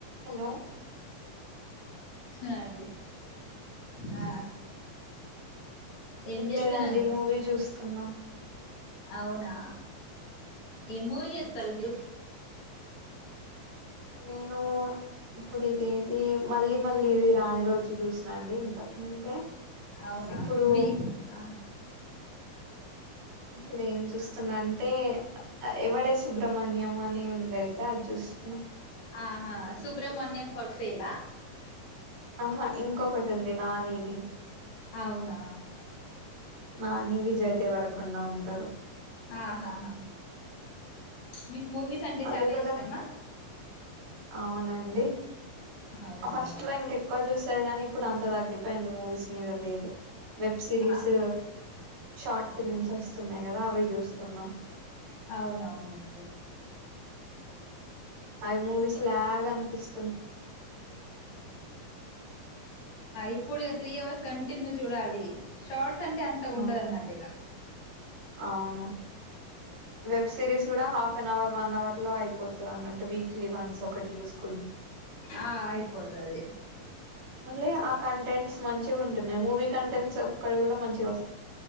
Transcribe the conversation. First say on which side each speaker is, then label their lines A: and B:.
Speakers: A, on the right; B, on the left.
A: Hello
B: స్తున్నాను అండి ఆ ఏం చేస్తున్నారు
A: లేదండి మూవీ చూస్తున్నా
B: అవునా ఏ మూవి చూస్తారు మీరు
A: నేను ఇప్పుడు ఇది ఏది మళ్ళీ మళ్ళీ ఇది రాని రోజు చూసినా అండి ఇంత ముందే
B: అవునా
A: ఇప్పుడు
B: మీ ఆ
A: ఇప్పుడు ఏం చూస్తున్నా అంటే ఎవడే సు సుబ్రహ్మణ్యం అనే ఉందయితే అది చూసున్నా
B: ఆహా సుబ్రమణ్యం ఫర్ సేల
A: ఆహా ఇంకొకటి ఉంది నానిది
B: అవునా
A: నాని విజయ్ దేవరకుండా ఉంటారు
B: ఆహాహా మీకు మూవీస్ అంటే
A: అది
B: చాలా
A: కూడా
B: ఇష్టమా
A: అవునండి
B: అవునా
A: ఫస్ట్ లో ఇంక ఎక్కువ చూసేరు కాని ఇప్పుడు అంత తగ్గి పోయింది మూవీస్ మీద లేదు వెబ్ సిరీస్
B: ఆ
A: షార్ట్ ఫిలిమ్స్
B: ఆహా
A: వస్తున్నాయి కదా అవి చూస్తున్నా
B: అవునవును <unintelligible>
A: అ మూవీస్ లాగ్ అనిపిస్
B: ఇప్పుడు ఇగ త్రీ అవర్స్ క టిన్యూ చూడాలి షార్ట్స్ అంటే అంత ఉండదు
A: అవును
B: అన్నట్టు ఇగా
A: అవును వెబ్ సిరీస్ కూడా half one hour one hour లో అయిపోతుంది అన్నట్టు వీక్లీ వన్స్ ఒకటి చెస్
B: ఆ అయ్యిపోతది
A: మళ్ళీ ఆ కంటెంట్స్ మంచిగా ఉంటున్నాయి మూవీ కంటెంట్స్ ఒక్కటి కూడా మంచిగా వస్